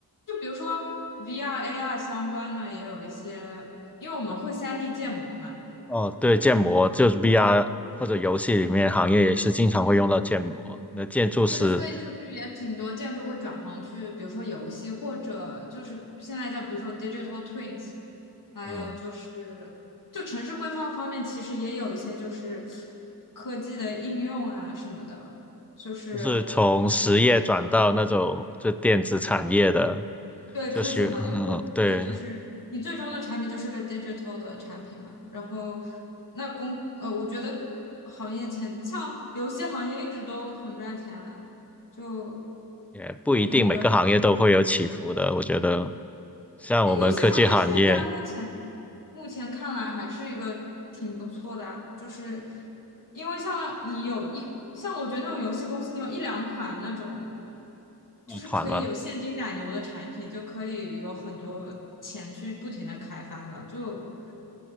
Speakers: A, on the left; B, in the centre.
A: 就比如说 VR、AR 相关的，也有一些，因为我们会三 d 建模嘛。
B: 哦，对，建模就是 VR 或者游戏里面行业也是经常会用到建模。那建筑师，
A: 对，所以就是也挺多建筑会转行去，比如说游戏，或者就是现在叫比如说 digital twins，还有就是就城市规划方面，
B: 嗯，
A: 其实也有一些就是科技的应用啊什么的，就是
B: 就是从实业转到那种就电子产业的，
A: 对科技行业或对，
B: 就是嗯，对，
A: 就是你最终的产品就是个 digital 的产品嘛。然后那工呃，我觉得行业前像游戏行业一直都很赚钱啊，就
B: 也不一定每个行业都会有起伏的。
A: 感觉。还。
B: 我觉得像我们科技行业
A: 游戏行业现在目前目前看来还是一个挺不错的啊，就是因为像你有一像我觉得那种游戏公司，你有一两款那种
B: 爆款嘛，
A: 就是可以有现金奶牛的产品，就可以有很多钱去不停的开发了，就